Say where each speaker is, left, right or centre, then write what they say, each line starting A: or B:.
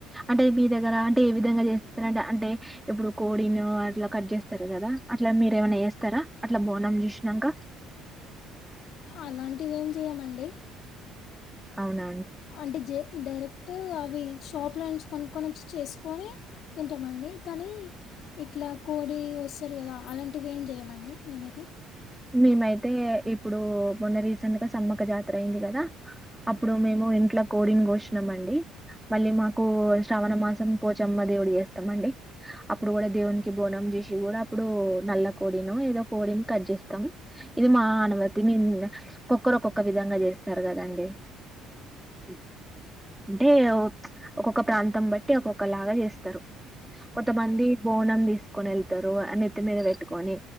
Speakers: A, in the centre; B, on the left.
A: అంటే మీ దగ్గర అంటే ఏ విధంగా చేస్తారంటే అంటే ఇప్పుడు కోడినో అట్లా కట్ చేస్తారు కదా, అట్లా మీరు ఏమైనా చేస్తరా అట్లా బోనం చూసినాంక.
B: అలాంటివి ఏం చేయమండి
A: అవున
B: అంట జ డైరెక్ట్ అవి షాప్లో నుంచి కొనుక్కని చేసుకొని తింటామండి కానీ ఇట్లా కోడి వస్తారు కదా అలాంటివి ఏం చేయమండి మేనైతే
A: మేమైతే ఇప్పుడు మొన్న రీసెంట్ గా సమ్మక జాతర అయింది కదా అప్పుడు మేము ఇంట్లో కోడింగ్ కోస్ మళ్ళీ మాకు శ్రావణ మాసం పోచమ్మ దేవుడి చేస్తాం అండి అప్పుడు కూడా దేవునికి బోనం చేసి కూడా అప్పుడు నల్ల కోడిని ఏదో కోడిని కట్ చేస్తా ఇది మా అనుమతి ఒక్కరుకొక్క విధంగా చేస్తారు కదండి అ అంటే ఒక్కొక్క ప్రాంతం బట్టి ఒక్కొక్క లాగా చేస్తారు కొంతమంది బోనం తీసుకుని వెళ్తంది రు అని నత్తి మీద పెట్టుకొని